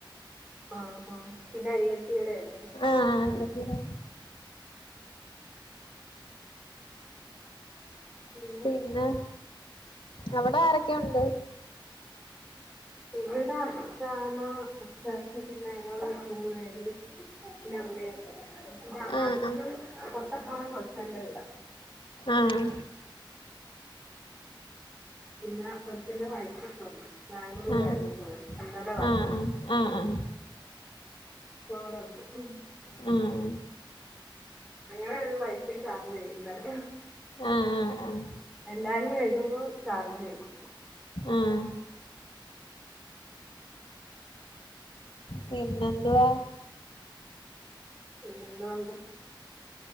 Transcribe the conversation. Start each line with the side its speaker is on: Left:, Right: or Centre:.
Centre: ആഹ് ആഹ് പിന്നെ അനിയത്തിടെയല്ലെ
Left: ആ ആ അനിയത്തി <unintelligible>
Centre: ഉം
Left: പിന്നെ അവിടെ ആരൊക്കെയുണ്ട്?
Centre: ഇവിടെ അച്ചാമ്മ അച്ചാച്ചൻ പിന്നെ ഞങ്ങള് മൂന്ന് പേര് പിന്നെ അമ്മയുമുണ്ട് പിന്നെ
Left: ആഹ്
Centre: അടുത്ത് തൊട്ടപ്പുറം കൊച്ചന്റെ വീടാ
Left: ആഹ്
Centre: പിന്നെ കൊച്ചിച്ചന്റെ വൈഫ് വന്ന് ബാംഗ്ലൂരായിരുന്നു
Left: ആഹ്
Centre: ജോലി ഇന്നലെ വന്ന്
Left: ആഹ് ആഹ് ആഹ്
Centre: ഇപ്പോ ഇവിടെ ഉണ്ട്
Left: ആഹ്
Centre: അങ്ങനെ ഒരു വൈഫൈ ചാർജ് ചെയ്യണ്ടല്ലോ
Left: ആഹ് ആഹ് ആഹ്
Centre: എല്ലാരും വരുമ്പോ ചാർജ് ചെയ്യും
Left: ആഹ് പിന്നെന്തുവാ
Centre: പിന്നെ എന്തുണ്ട്